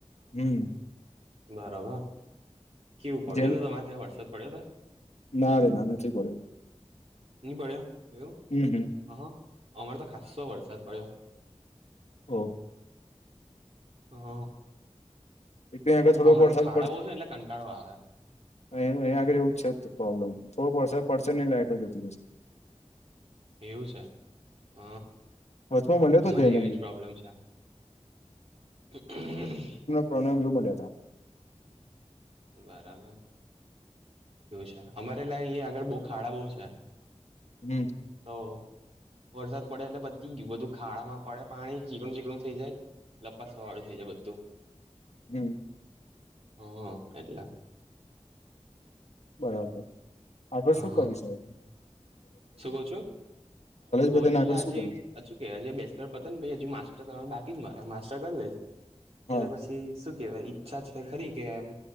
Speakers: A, on the left (about 70°); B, on the right (about 60°).
A: હમ.
B: બરોબર કેવું પડ્યો
A: જે
B: હતો તમારે ત્યાં વરસાદ પડ્યો હતો.
A: ના રે ના નથી પડ્યો
B: એની બડ્યો એવું.
A: હમ, હમ
B: હ અમારે તો ખસ્સો વરસાદ પડ્યો.
A: ઓ
B: હમ
A: એટલે આગળ થોડોક
B: હ અમારે
A: વરસાદ
B: ખાડા ઓહ છે એટલે કંટાળો આવે.
A: અહી અહીં આગેવું જ છે. જ પ્રોબ્લેમ થોડક વરસાદ પડશે નને લાઈટો જતી જશે <inaudible>
B: એવું છે હ હ
A: વચમાં મળ્યો હતો
B: અમારે
A: જૈનમ
B: એવી જ પ્રોબ્લેમ છે. હમ
A: પ્રણેવ મળ્યા હતા
B: બરાબર એવું છે. અમારે લ અહીંયા આગળ બહુ ખાડા બહુ છે.
A: હમ
B: તો વરસાદ પડે એટલે પતી ગયું બધું ખાડામાં પડે પાણી ચીકણું ચીકણું થઈ જાય લપસવા વાળું છે. જે બધું
A: હમમમ
B: હ એટલા
A: બરાબર આગળ
B: હ
A: શું કરીશ એ
B: શું કઉ છુંલે
A: પતે ને
B: એટલે
A: આગળ
B: હજીું
A: શું કરીશ
B: કે હજી બે પ ને પ હજુ માસ્ટર કરવા બાકી જ મારે માસ્ટર કરી લઈશ
A: હા
B: એટલે પછી શું કેવાય ઈચ્છા છે. ખરી કેવા એમ